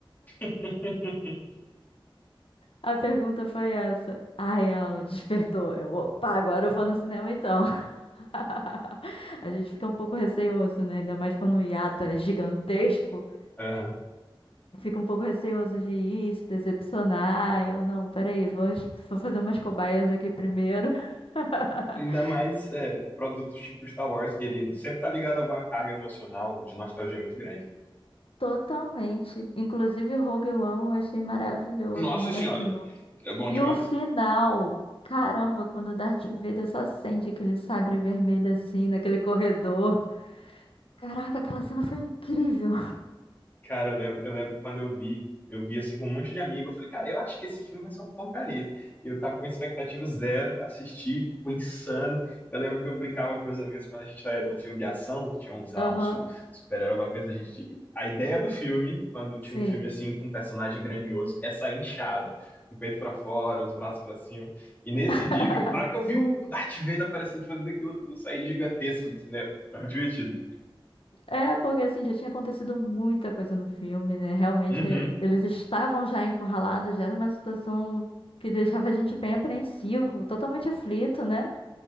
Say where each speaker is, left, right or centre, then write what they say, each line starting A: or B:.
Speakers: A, on the left; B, on the left.
A: <laughs>
B: A pergunta foi essa. Aí ela despertou. Eu, opa, agora eu vou no cinema então. <laughs> A gente fica um pouco receoso, né? Ainda mais quando o hiato é gigantesco.
A: Aham.
B: Fica um pouco receoso de ir, se decepcionar. Eu não, peraí, vou, vou fazer umas cobaias aqui primeiro. <laughs>
A: Ainda mais é, produtos tipo Star Wars, que ele sempre tá ligado a alguma carga emocional de nostalgia muito grande.
B: Totalmente. Inclusive, Rogue One eu achei maravilhoso,
A: Nossa
B: maravilhoso.
A: senhora, é bom
B: E
A: demais.
B: o final, caramba, quando o Darth Vader só acende aquele sabre vermelho assim, naquele corredor. Caraca, aquela cena foi incrível.
A: Cara, eu lembro, eu lembro quando eu vi, eu vi assim com um monte de amigo, eu falei, cara, eu acho que esse filme vai ser uma porcaria. E eu tava com expectativa zero, assisti, foi insano. Eu lembro que eu brincava com meus amigos quando a gente saía de um filme de ação, que tinha um, sei
B: Aham,
A: lá, um su- super-herói, alguma coisa, a gente. A ideia do filme, quando tinha
B: sim.
A: um filme assim com um personagem grandioso, é sair inchado, com o peito pra fora, os braços pra cima. E nesse
B: <laughs>
A: dia que eu, na hora que eu vi o Darth Vader aparecendo fazendo aquilo tudo, eu saí gigantesco do cinema. Foi muito divertido.
B: É, porque assim, já tinha acontecido muita coisa no filme, né? Realmente,
A: Uhum.
B: eles estavam já encurralados, já era uma situação que deixava a gente bem apreensivo, totalmente aflito, né?